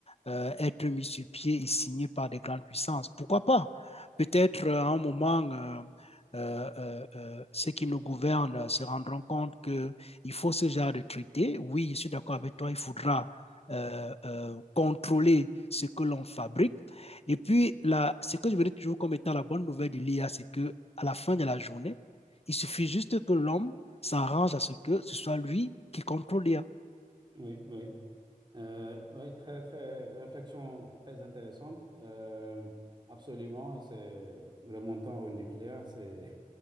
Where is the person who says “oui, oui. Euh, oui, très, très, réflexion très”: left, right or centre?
Right